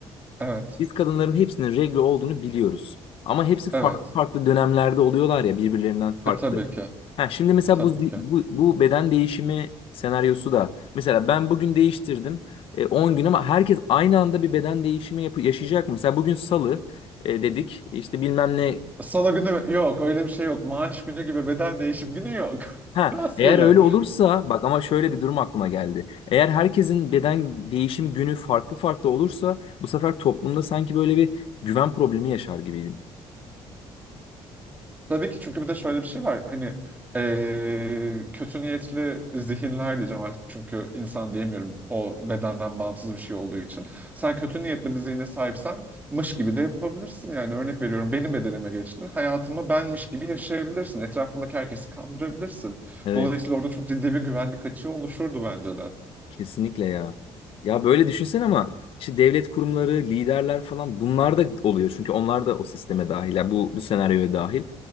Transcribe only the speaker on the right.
Evet.
Evet.
E tabii ki.
Tabii
ki.
Salı günü yok öyle bir şey yok. Maaş günü gibi beden değişim günü yok. <laughs>
Rastgele.
Tabii ki çünkü bir de şöyle bir şey var. Hani eee, kötü niyetli zihinler diyeceğim artık. Çünkü insan diyemiyorum o bedenden bağımsız bir şey olduğu için. Sen kötü niyetli bir zihne sahipsen mış gibi de yapabilirsin. Yani örnek veriyorum benim bedenime geçtin. Hayatımı benmiş gibi yaşayabilirsin. Etrafındaki herkesi kandırabilirsin.
Dolayısıyla orada çok ciddi bir güvenlik açığı oluşurdu bence de.